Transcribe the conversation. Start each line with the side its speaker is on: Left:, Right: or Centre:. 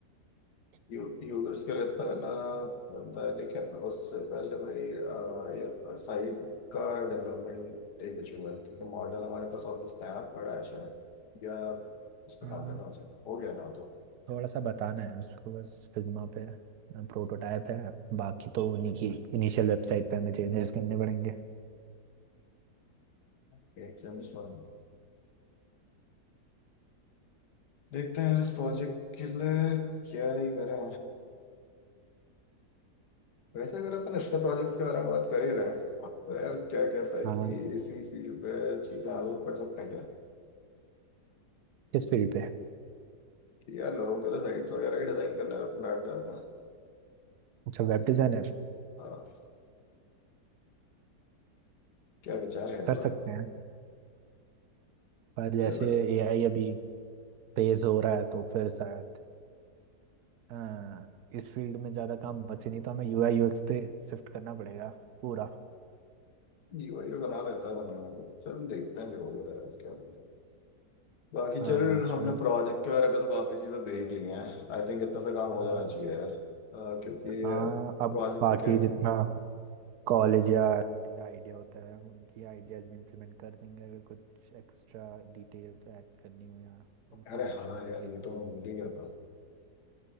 Left: यू, यूजर्स के लिए इतना गाना बनता है लेकिन उससे पहले भाई साइट का डेवलपमेंट एक इशू है क्योंकि मॉडल हमारे पास ऑलमोस्ट तैयार पड़ा है शायद या उस पर
Right: हाँ
Left: काम करना हो जाए हो गया ना तो
Right: थोड़ा सा बताना है उसको बस फिग्मा पे प्रोटोटाइप है बाकी तो उन्हीं की इनिशियल वेबसाइट पे हमें चेंजेस करने पड़ेंगे
Left: एक सेंस बन देखते हैं इस प्रोजेक्ट के लिए क्या ही करें वैसे अगर अपन एक्स्ट्रा प्रोजेक्ट्स के बारे में बात कर ही रहे हैं तो यार क्या कहता है
Right: हाँ
Left: कि इसी फील्ड पे चीज़ें आगे बढ़ सकते हैं क्या
Right: किस फील्ड पे
Left: कि यार लोगों के लिए साइट्स वगैरह ही डिजाइन करने में बैठ जाता
Right: अच्छा वेब डिजाइनर
Left: है क्या विचार है इस
Right: कर
Left: बारे
Right: सकते
Left: में
Right: हैं पर जैसे
Left: चलो
Right: एआई अभी तेज हो रहा है तो फिर शायद हाँ इस फील्ड में ज़्यादा काम बचे नहीं तो हमें यूआई यूएक्स पे शिफ्ट करना पड़ेगा पूरा
Left: जीवाई बना लेता है बनाना तो चल देखते हैं जो भी होता है इसके बारे में तो। बाकी
Right: हाँ
Left: चल
Right: चल
Left: हमने प्रोजेक्ट के बारे में तो काफी चीजें देख ली हैं आई थिंक इतना सा काम हो
Right: हम्म,
Left: जाना चाहिए यार अ, क्योंकि
Right: हाँ अब
Left: प्रोजेक्ट
Right: बाकी
Left: क्या
Right: जितना कॉलेज या छोटी का आइडिया होता है उनकी आइडियाज भी इम्प्लीमेंट कर देंगे अगर कुछ एक्स्ट्रा डिटेल्स ऐड करनी हो या इंफॉर्मेशन
Left: अरे हाँ
Right: उनके
Left: यार ये तो मैं भूल ही गया था